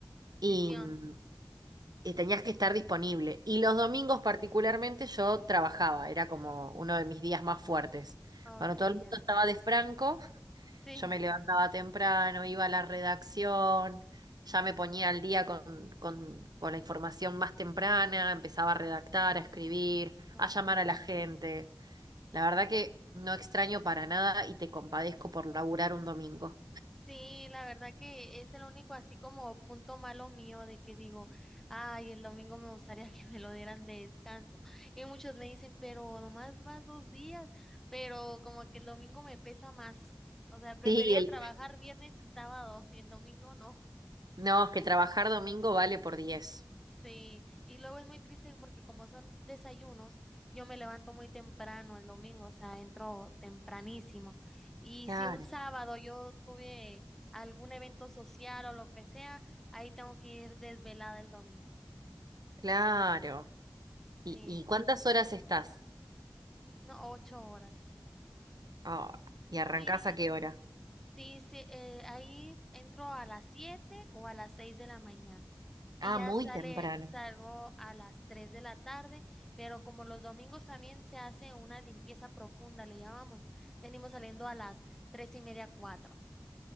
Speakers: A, on the right; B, in the centre.
A: y,
B: Decisión.
A: mm, y tenías que estar disponible. Y los domingos particularmente yo trabajaba, era como uno de mis días más fuertes.
B: Ok,
A: Cuando todo el mundo
B: ya.
A: estaba de franco,
B: Sí.
A: yo me levantaba temprano, iba a la redacción, ya me ponía al día con, con, con la información más temprana, empezaba a redactar, a escribir,
B: Okay.
A: a llamar a la gente. La verdad que no extraño para nada y te compadezco por laburar un domingo.
B: Sí, la verdad que es el único así como punto malo mío de que digo, ay, el domingo me gustaría <laughs> que me lo dieran de descanso. Y muchos me dicen, pero nomás vas dos días, pero como que el domingo me pesa más. O sea, prefería
A: Sí, el...
B: trabajar viernes y sábado, el domingo no.
A: No, es que trabajar domingo vale por diez
B: Sí, y luego es muy triste porque como son desayunos, yo me levanto muy temprano el domingo, o sea, entro tempranísimo. Y
A: Claro,
B: si un sábado yo tuve algún evento social o lo que sea, ahí tengo que ir desvelada el domingo.
A: claro. ¿Y,
B: Sí,
A: y cuántas horas estás?
B: no, ocho horas.
A: Ah, ¿y arrancás
B: Sí,
A: a qué hora?
B: Sí, sí, eh, ahí entro a las 7 o a las 6 de la mañana y
A: Ah,
B: ya
A: muy
B: sale,
A: temprano.
B: salgo a las 3 de la tarde, pero como los domingos también se hace una limpieza profunda, le llamamos, venimos saliendo a las 3 y media, 4.